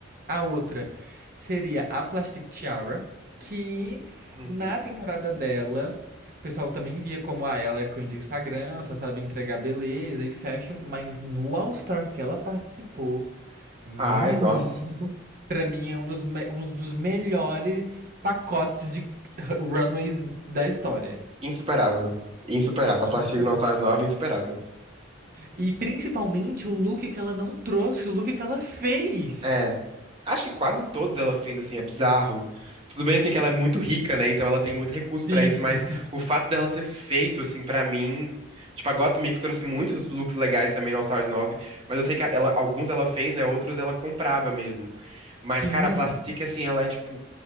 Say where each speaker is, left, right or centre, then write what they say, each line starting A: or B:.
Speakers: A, on the right; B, on the right.
A: A outra seria a Plastic Tiara, que
B: Uhum.
A: na temporada dela, o pessoal também via como ah, ela é queen de Instagram, só sabe entregar beleza e fashion, mas no All Stars que ela participou, menino,
B: Ai, nossa.
A: pra mim é um dos, me- um dos melhores pacotes de runways da história.
B: Insuperável. Insuperável.
A: Insuperável.
B: A Plastic Nostalgia Nova, insuperável.
A: E principalmente o look que ela não trouxe, o look que ela fez.
B: É. Acho que quase todos ela fez, assim, é bizarro. Tudo bem, assim, que ela é muito rica, né? Então ela tem muito recurso
A: Sim.
B: pra isso, mas o fato dela ter feito, assim, pra mim. Tipo, a Gottmik trouxe muitos looks legais também no All Stars 9, mas eu sei que ela, alguns ela fez, né? Outros ela comprava mesmo. Mas,
A: Sim,
B: cara, a Plastic, assim, ela é, tipo,